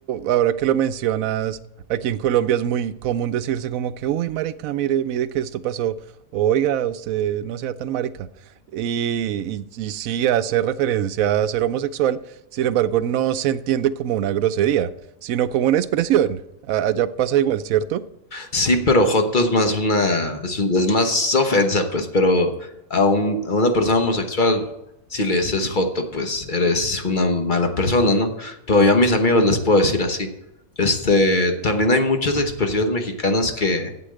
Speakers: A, on the right; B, on the left.
A: ahora que lo mencionas, aquí en Colombia es muy común decirse como que, uy, marica, mire, mire que esto pasó. Oiga, usted no sea tan marica. Y, y, y sí hace referencia a ser homosexual, sin embargo, no se entiende como una grosería, sino como una expresión. A- Allá pasa igual, ¿cierto?
B: Sí, pero joto es más una, es, un- es más ofensa, pues, pero a, un, a una persona homosexual, si le dices joto, pues eres una mala persona, ¿no? Pero yo a mis amigos les puedo decir así. Este, también hay muchas expresiones mexicanas que,